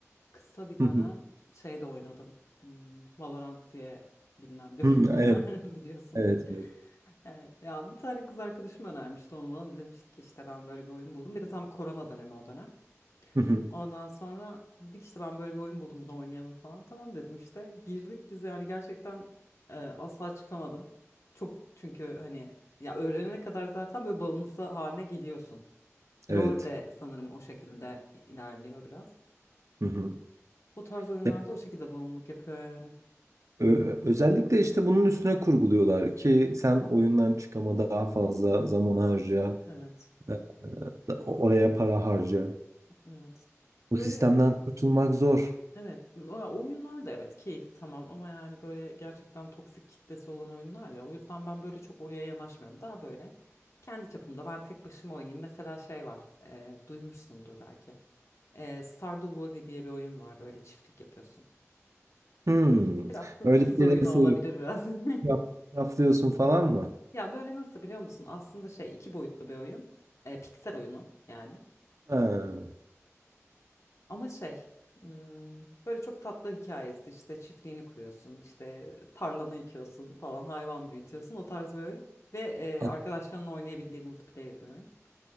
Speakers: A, on the left; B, on the right.
A: kısa bir dönem
B: Hı hı.
A: şeyde oynadım. Hmm, Valorant diye bilinen bir
B: Hı,
A: <laughs>
B: Evet,
A: oyun var biliyorsundur.
B: evet, evet.
A: Evet ya bir tane kız arkadaşım önermişti onu bana demişti ki işte ben böyle bir oyun buldum. Bir de tam korona dönemi o dönem.
B: Hı hı,
A: Ondan sonra dedik işte ben böyle bir oyun buldum bunu oynayalım falan. Tamam dedim işte. Girdik biz yani gerçekten e, asla çıkamadım. Çok çünkü hani ya öğrenene kadar zaten böyle bağımlısı haline geliyorsun.
B: Evet.
A: LoL de sanırım o şekilde ilerliyor biraz.
B: Hı hı.
A: Bu tarz oyunlarda
B: Ya,
A: o şekilde bağımlılık yapıyor yani.
B: ö- Özellikle işte bunun üstüne kurguluyorlar ki sen oyundan çıkama daha fazla zaman harca,
A: Evet.
B: e, da- oraya para harca.
A: Evet.
B: Bu
A: Böyle
B: sistemden kurtulmak zor.
A: Evet, o ya oyunlar da evet keyif tamam ama yani böyle gerçekten toksik kitlesi olan oyunlar ya o yüzden ben böyle çok oraya yanaşmıyorum. Daha böyle kendi çapımda ben tek başıma oynayayım. Mesela şey var, e, duymuşsundur belki. E, Stardew Valley diye bir oyun var böyle çiftlik yapıyorsun.
B: Hmm.
A: Biraz kız,
B: Öyle
A: kız
B: şeyleri
A: oyunu
B: seviyorum.
A: olabilir biraz.
B: Yap,
A: <laughs>
B: raflıyorsun falan mı?
A: Ya böyle nasıl biliyor musun? Aslında şey iki boyutlu bir oyun. E, piksel oyunu yani.
B: Ha,
A: Ama şey, hmm, böyle çok tatlı hikayesi işte çiftliğini kuruyorsun, işte tarlanı yıkıyorsun falan, hayvan büyütüyorsun o tarz bir oyun. Ve e,
B: an-
A: arkadaşlarınla oynayabildiğin multiplayer bir oyun.